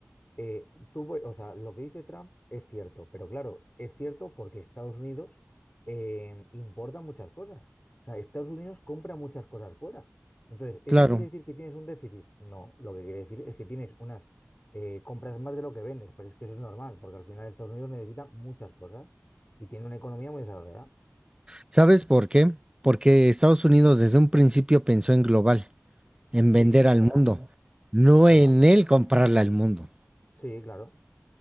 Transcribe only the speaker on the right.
Claro.
¿Sabes por qué? Porque Estados Unidos desde un principio pensó en global, en
vender
al mundo, no
en
él comprarle al mundo.